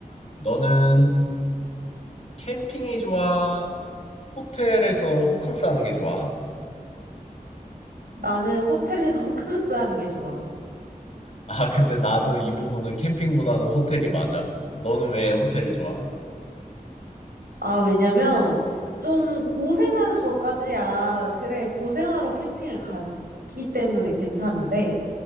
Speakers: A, on the left; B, on the right.
A: 너는 캠핑이 좋아? 호텔에서 호캉스 하는 게 좋아?
B: 나는 호텔에서 <laughs> 호캉스 하는 게 좋아.
A: 아, 근데 나도 이 부분은 캠핑보다는 호텔이 맞아. 너는 왜 호텔이 좋아?
B: 아, 왜냐면 좀 고생하는 것까지야. 그래, 고생하러 캠핑을 갔기 때문에 괜찮은데,